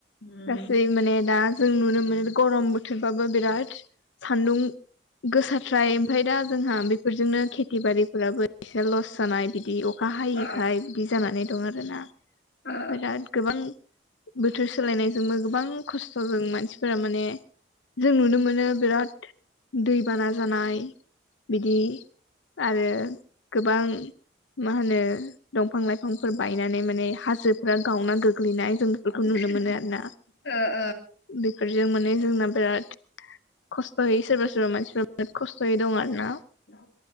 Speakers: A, on the left (about 70°); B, on the left (about 90°).
A: उम
B: गासै माने दा जों नुनो मोनो गरम बोथोरबाबो बिराद सान्दुं गोसारथ्राय ओमफफ्राय दा जोंहा बेफोरजोंनो खेथि बारिफोराबो एसे लस जानाय बिदि अ अखा हायैखाय
A: ओ
B: बिदि जानानै दं आरोना।
A: ओ
B: बिराद गोबां बोथोर सोलायनायजोंबो गोबां खस्थ'जों मानसिफोरा माने जों नुनो मोनो बिराद दैबाना जानाय बिदि आरो गोबां मा होनो दंफां लाइफांफोर बायनानै माने हाजोफोरा गावना गोग्लैनाय जों बेफोरखौ
A: ओ
B: नुनो मोनो आरो ना बेफोरजों माने जोंना बिराद खस्थ'यै सोरबा सोरबा मानसिफोरा खस्थ'यै दं आरो ना
A: ओ